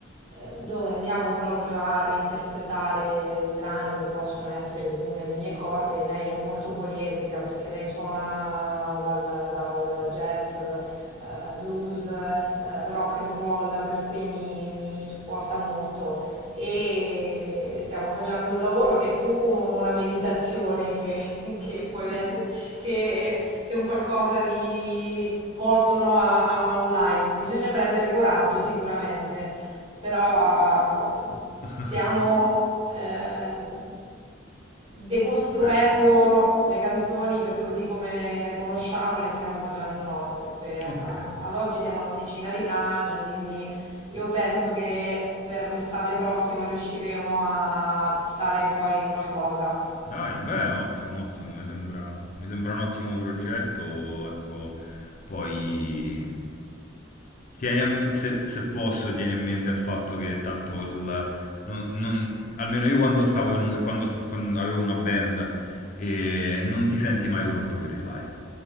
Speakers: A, on the right (about 30°); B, on the left (about 40°).
A: eh, dove andiamo proprio a reinterpretare brani che possono essere più nelle mie corde. Lei è molto poliedrica perché lei suona dal, dal jazz, eh, blues, eh, rock and roll, per cui mi, mi supporta molto. E stiamo facendo un lavoro che è più una meditazione che, <laughs> che può essere, che che è un qualcosa di volto no, a, a- a un live. Bisogna prendere coraggio sicuramente, però ehm,
B: <laughs>
A: stiamo eh, decostruendo
B: Ste-
A: le canzoni per così come le conosciamo, le stiamo facendo nostre.
B: Ok.
A: A- Ad oggi siamo alla decina di brani, quindi io penso che per l'estate prossima riusciremo a portare fuori qualcosa.
B: Dai, beh, ottimo, ottimo, mi sembra, mi sembra un ottimo progetto, ecco, poi tieni a me- se, se posso, tieni in mente il fatto che tanto il- non- non- almeno io quando stavo in un, quando, s- quando avevo una band, eh, non ti senti mai pronto per il live.